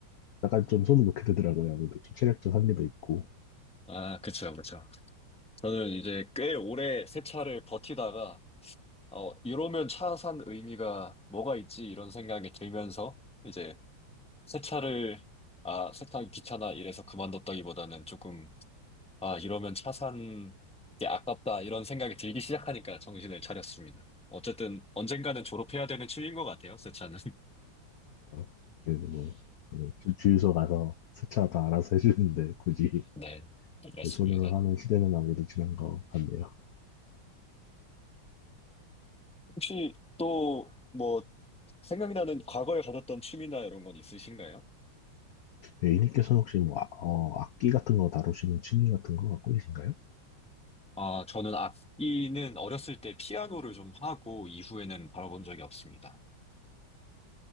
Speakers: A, on the left; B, in the centre.
A: 약간 좀 손을 놓게 되더라고요. 아무래도 좀 체력적 한계도 있고.
B: 아, 그쵸, 그쵸. 저는 이제 꽤 오래 세차를 버티다가 어, 이러면 차 산 의미가 뭐가 있지? 이런 생각이 들면서 이제 세차를 아, 세차하기 귀찮아 이래서 그만뒀다기보다는 조금 아, 이러면 차 산 게 아깝다, 이런 생각이 들기 시작하니까 정신을 차렸습니다. 어쨌든 언젠가는 졸업해야 되는 취미인 것 같아요, 새 차는. <laughs>
A: 그래서 그래도 뭐, 그 주- 주유소 가서 세차 다 알아서 해주는데, 굳이
B: 네, 맞습니다.
A: 내 손으로 하는 시대는 아무래도 지난 것 같네요.
B: 혹시 또 뭐 생각나는 과거에 가졌던 취미나 이런 건 있으신가요?
A: A님께서 혹시 뭐, 아- 어, 악기 같은 거 다루시는 취미 같은 거 갖고 계신가요?
B: 아, 저는 악기는 어렸을 때 피아노를 좀 하고 이후에는 바라본 적이 없습니다.